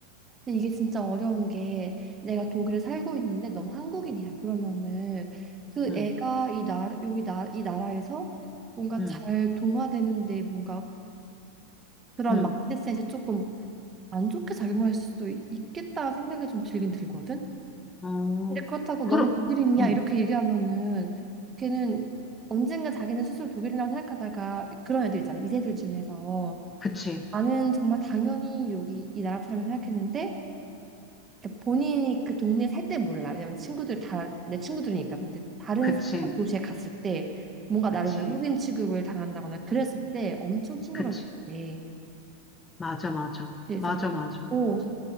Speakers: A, on the right; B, on the left.
A: 근데 이게 진짜 어려운 게 내가 독일에 살고 있는데 넌 한국인이야. 그러면은 그
B: 응,
A: 애가 이 나라, 이 나, 이 나라에서 뭔가
B: 응,
A: 잘 동화되는데 뭔가 그런
B: 응.
A: 마인드셋이 조금 안 좋게 작용할 수도 있- 있겠다 생각이 좀 들긴 들거든.
B: 어,
A: 근데 그렇다고
B: 그러,
A: 넌 독일인이야
B: 어,
A: 이렇게 얘기하면은 걔는 언젠가 자기는 스스로 독일이라고 생각하다가 그런 애들 있잖아 이세들 중에서
B: 그치,
A: 나는 정말 당연히 여기 이 나라 사람을 생각했는데 그러니까 본인이 그 동네에 살 때 몰라 왜냐면 친구들 다 내 친구들이니까 근데 다른
B: 그치,
A: 새로운 도시에 갔을 때 뭔가
B: 그치,
A: 나를 외국인 취급을 당한다거나 그랬을 때 엄청 충격을
B: 그치.
A: 받대
B: 맞아, 맞아,
A: 그래서
B: 맞아, 맞아.
A: 오 그래서